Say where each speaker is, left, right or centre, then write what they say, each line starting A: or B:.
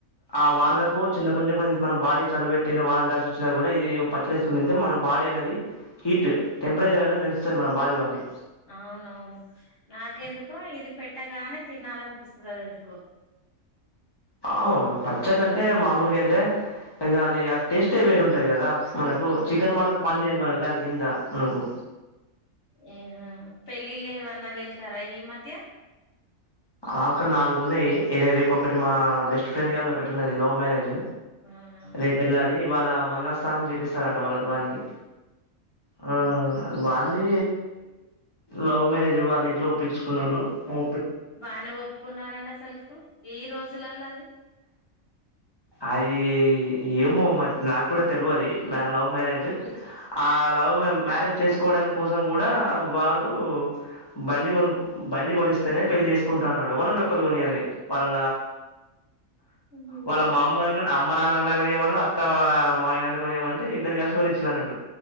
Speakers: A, on the left; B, on the left.
A: ఆ వానలకు
B: ఉమ్
A: చిన్న కొంచెం కొంచెం మన బాడీ చలి పెట్టిన వాన తడీసి వచ్చినా కూడా ఇది పచ్చడిసుకు మన బాడీ అనేది హీట్ టెంపరే టెంపరేచర్ అనే పెంచుస్తుంది మన బాలోని
B: అవునవును నాకెందుకో ఇది పెట్టగానే తినాల అనిపిస్తుది ఎందుకో
A: అవును పచ్చట్ల అంటే మామూలుగా అంట కొంచెం అది ఆ టేస్ట్ రే వేరుంటది కదా మనకు చికెన్
B: అవును
A: మటన్ పని చేది మనకు దానికి కింద ఉండాకు
B: ఏహ పెళ్ళిళ్ళ ఏమన్నా వెళ్తారా ఈ మధ్య
A: ఆక్క నాలుగు ఉన్నాయి రేపు ఒకటి మా బెస్ట్ ఫ్రెండ్ ని ఒకటి ఉన్నది లవ్ మ్యారేజ్
B: అవునా
A: రేపు వెళ్ళాలి ఇవాళ మంగళ స్థానం చేపిస్తారు ఇవాళ వానికి ఆ పెళ్లి వాళ్లే లవ్ మ్యారేజ్ వాళ్ళ ఇంట్లో ఒప్పిచుకున్నాడు ఒ
B: బానే ఒప్పుకున్నారంండి అసలుకు ఈ రోజులలో అది
A: అది ఏమో మరి నాకూడా తెలువది వాన్ లవ్ మ్యారేజ్ ఆ లవ్ మ్యారేజ్ చేసుకోవడాని కోసం కూడా వాడు బండి కొనుక్ బండి కొనిస్తేనే పెళ్లి చేసుకుంటా అన్నాడు ఎవళ్ళన్నా ఒక్కళ్ళు కొనియాలి వాళ్ళ
B: హ్మ్.
A: వాళ్ళ మామ్మ అన్న అమ్మ నాన్నాలన్న కొనియమన్నాడు అత్త మామయ్య నన్న కొనియామంటే ఇద్దరు కలిసి కొనిచ్చాల అన్నట్టు